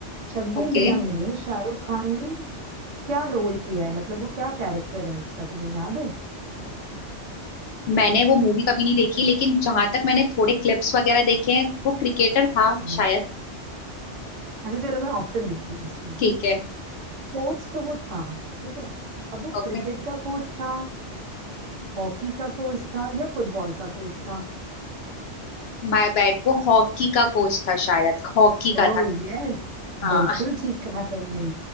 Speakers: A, on the right (about 85°); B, on the left (about 65°).
A: Chak De
B: ओके
A: India में शाहरुख खान ने क्या रोल किया है मतलब वो क्या कैरेक्टर है उसका तुम्हें याद है
B: मैंने वो मूवी कभी नहीं देखी लेकिन जहां तक मैंने थोड़े क्लिप्स वगैरह देखे हैं वो क्रिकेटर था
A: हम्म
B: शायद
A: अच्छा चलो मैं ऑप्शन देती हूँ इसमें
B: ठीक है
A: कोच तो वो था ठीक है अब वो
B: ओके
A: क्रिकेट का कोच था हॉकी का कोच था या फुटबॉल का कोच था
B: माय बैड वो हॉकी का कोच था शायद हॉकी
A: Oh
B: का था
A: yes
B: हाँ
A: बिल्कुल ठीक कहा तुमने